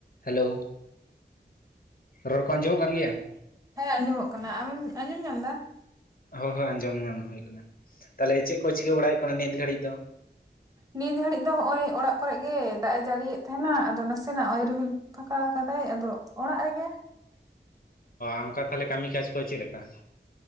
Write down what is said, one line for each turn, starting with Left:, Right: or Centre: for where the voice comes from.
Left: Hello ᱨᱚᱲ ᱠᱚ ᱟᱸᱡᱚᱢᱚᱜ ᱠᱟᱱ ᱜᱮᱭᱟ ᱾
Right: ᱦᱮᱸ ᱟᱸᱡᱚᱢᱚᱜ ᱠᱟᱱᱟ ᱟᱢᱮᱢ ᱟᱸᱡᱚᱢ ᱧᱟᱢ ᱮᱫᱟ ᱾
Left: ᱦᱳ ᱦᱳ ᱟᱸᱡᱚᱢ ᱧᱟᱢ ᱦᱩᱭ ᱟᱠᱟᱱᱟ ᱛᱟᱦᱚᱞᱮ ᱪᱮᱫ ᱠᱚ ᱪᱤᱠᱟᱹ ᱵᱟᱲᱟᱭ ᱮᱫ ᱠᱟᱱᱟ ᱱᱤᱛ ᱜᱷᱟᱹᱲᱤᱡ ᱫᱚ ᱾
Right: ᱱᱤᱛ ᱜᱷᱟᱲᱤᱡ ᱫᱚ ᱱᱚᱜ ᱚᱭ ᱚᱲᱟᱜ ᱠᱚᱨᱮ ᱜᱮ ᱫᱟᱜ ᱮ ᱡᱟᱹᱲᱤᱭᱮᱫ ᱛᱟᱦᱮᱱᱟ ᱟᱫᱚ ᱱᱟᱥᱮᱱᱟᱜ ᱱᱚᱜ ᱚᱭ ᱨᱤᱢᱤᱞ ᱾ ᱯᱷᱟᱠᱟ ᱟᱠᱟᱫᱟᱭ ᱟᱫᱚ ᱚᱲᱟᱜ ᱨᱮᱜᱮ ᱾
Left: ᱚᱱᱠᱟ ᱛᱟᱦᱚᱞᱮ ᱠᱟᱹᱢᱤ ᱠᱟᱡᱽ ᱠᱚ ᱪᱮᱫ ᱞᱮᱠᱟ ᱾